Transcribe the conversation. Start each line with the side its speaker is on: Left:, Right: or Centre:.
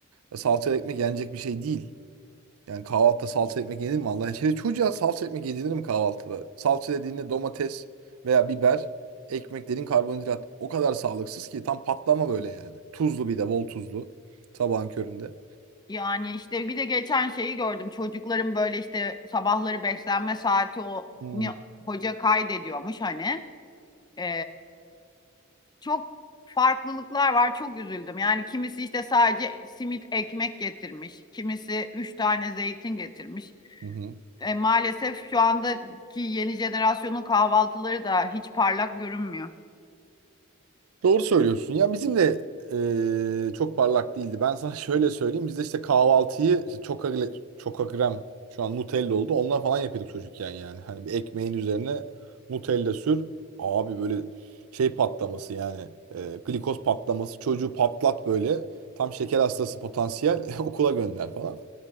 Right: e, salça ekmek yenecek bir şey değil. Yani kahvaltıda salça ekmek yenir mi Allah için? Çocuğa salça ekmek yedirir mi kahvaltıda? Salça dediğinde domates veya biber, ekmek dediğin karbonhidrat. O kadar sağlıksız ki tam patlama böyle yani. Tuzlu bir de bol tuzlu sabahın köründe.
Left: Yani işte bir de geçen şeyi gördüm. Çocukların böyle işte sabahları beslenme saati o
Right: Hmm.
Left: ni- hoca kaydediyormuş hani. E, çok farklılıklar var. Çok üzüldüm. Yani kimisi işte sadece simit ekmek getirmiş. Kimisi üç tane zeytin getirmiş.
Right: Hı hı.
Left: E, maalesef şu andaki yeni jenerasyonun kahvaltıları da hiç parlak görünmüyor.
Right: Doğru söylüyorsun. Ya bizim de eee, çok parlak değildi. Ben sana <laughs> şöyle söyleyeyim. Biz de işte kahvaltıyı işte çok çokagrem şu an Nutella oldu. Ondan falan yapıyorduk çocukken yani. Hani bir ekmeğin üzerine Nutella sür. Abi böyle şey patlaması yani. eee, glikoz patlaması. Çocuğu patlat böyle. Tam şeker hastası potansiyel. <laughs> Okula gönder falan.